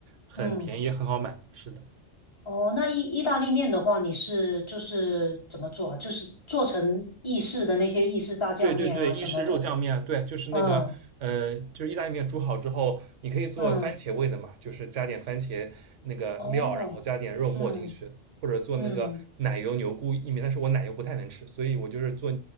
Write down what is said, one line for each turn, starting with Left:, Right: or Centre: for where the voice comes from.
Right: 很便宜，
Left: 嗯
Right: 也很好买，是的。
Left: 哦，那意意大利面的话，你是就是怎么做啊就是做成意式的那些意式炸酱面啊什么的。
Right: 对对对，意式肉酱面，对，就是那个，
Left: 嗯
Right: 呃，就是意大利面煮好之后，你可以做番茄味的嘛，
Left: 嗯，
Right: 就是加点番茄那个料，
Left: 哦。
Right: 然后加点肉末进去，
Left: 嗯。
Right: 或者做那个奶油牛菇意面，
Left: 嗯
Right: 但是我奶油不太能吃，所以我就是做